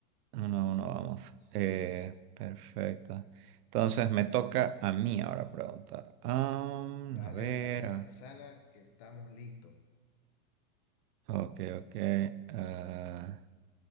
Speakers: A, on the right (about 90°); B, on the left (about 25°).
A: ¿eh? uno a uno vamos. Eh, perfecto. Entonces me toca a mí ahora preguntar. Am,
B: Dale,
A: a ver,
B: dale, lanzala,
A: a-
B: que estamos listos.
A: ok, ok. ah,